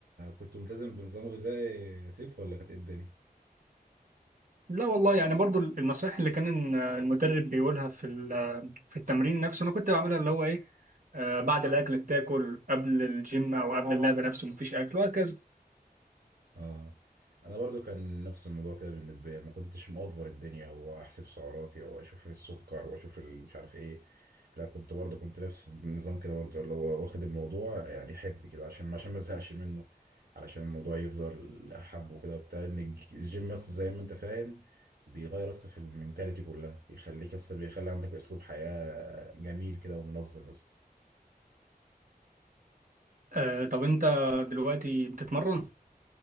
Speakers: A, on the right; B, on the right.
A: كنت ملتزم بنظام غذائي يا سيف ولا كانت ايه الدنيا
B: لا والله يعني برضو النصائح اللي كان المدرب بيقولها في ال- آه، في التمرين نفسه انا كنت بعملها اللي هو ايه آه بعد الاكل بتاكل قبل الجيم او قبل اه اللعب نفسه مفيش اكل وهكذا
A: اه انا برضو كان نفس الموضوع كده بالنسبه لي ما كنتش مأفور الدنيا واحسب سعراتي واشوف السكر واشوف ال- مش عارف ايه لا كنت برضو كنت نفس النظام كده برضو اللي هو واخد الموضوع يعني حب كده عشان عشان ما ازهقش منه علشان الموضوع يفضل احبه كده وبتاع ان الج- الجيم بس زي ما انت فاهم بيغير اصلا في المينتاليتي كلها بيخليك اصلا بيخلي عندك اسلوب حياه جميل كده ومنظم بس
B: آه طب انت دلوقتي بتتمرن